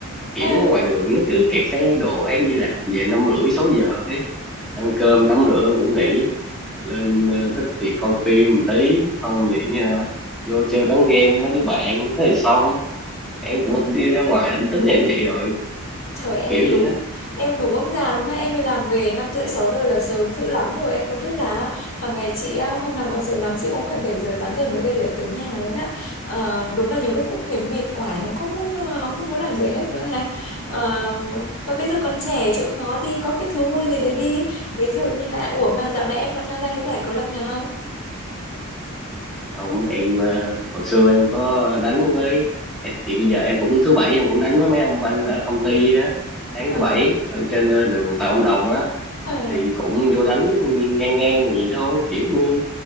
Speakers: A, in the centre; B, on the left.
A: kiểu
B: À,
A: ngoài đường nó cứ kẹt xe đồ em đi làm về năm rưỡi sáu giờ ấy. Ăn cơm tắm rửa ngủ nghỉ lên ờ, thích thì coi phim một tí không thì ờ, vô chơi bán game với đứa bạn thế thì xong em cũng ít đi ra ngoài lắm tính em vậy rồi
B: Trời em
A: kiểu gì
B: đúng
A: đó
B: Em đúng ông già luôn á Em đi làm về 5 rưỡi 6 giờ là sớm dữ lắm rồi Em có biết là hàng ngày chị á, hôm nào mà sớm lắm Chị cũng phải 7 giờ 8 giờ mới về được tới nhà luôn á Ờ, Đúng là nhiều lúc cũng thấy mệt oải Không có muốn ờ, không có muốn làm gì hết nữa ha Ờ, Mà bây giờ còn trẻ chịu khó đi Có cái thú vui gì đấy đi Ví dụ như là Ủa mà dạo này em còn tham gia cái giải cầu lông nào không?
A: không em ờ, hồi xưa em có đánh với em- thì bây giờ em cũng thứ bảy em cũng đánh với mấy ông anh ở công ty á sáng
B: Ờ
A: thứ bảy ở trên ờ, đường Phạm Văn Đồng á
B: Ờ
A: thì cũng vô đánh ngang ngang vậy thôi kiểu như